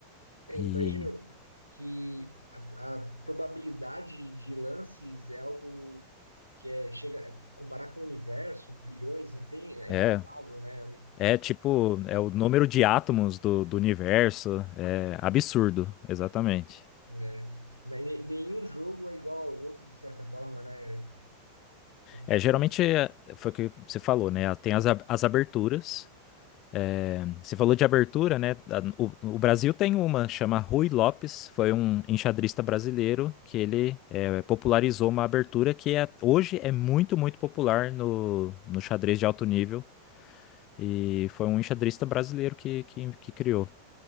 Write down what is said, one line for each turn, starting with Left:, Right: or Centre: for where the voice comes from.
Right: É,
Left: E
Right: imagino que a, a probabilidade de lances é algo que é, chega, é, comparar com o universo, bilhões, não tem, é
Left: é,
Right: incontável, né?
Left: é tipo, é o número de átomos do, do universo, é absurdo, exatamente.
Right: É, ne- nenhum jogo é igual ao outro, de certa forma, né? Por-
Left: É, geralmente
Right: pelo-
Left: é, foi o que você falou, né? Tem as, ab- as aberturas, É, você falou de abertura, né? A- O, o Brasil tem uma, chama Rui Lopes, foi um enxadrista brasileiro que ele é, popularizou uma abertura que é- hoje é muito, muito popular no, no xadrez de alto nível. E foi um enxadrista brasileiro que, que, que criou.